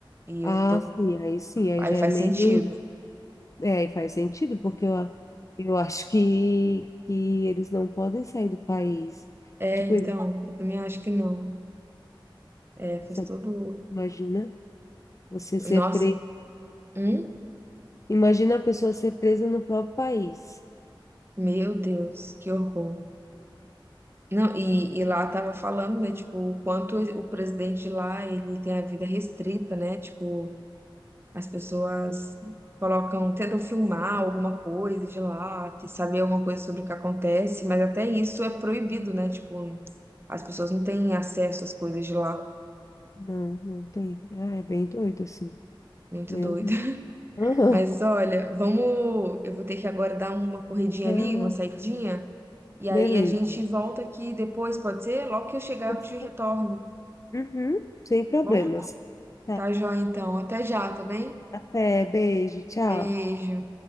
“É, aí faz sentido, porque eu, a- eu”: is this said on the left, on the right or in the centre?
Left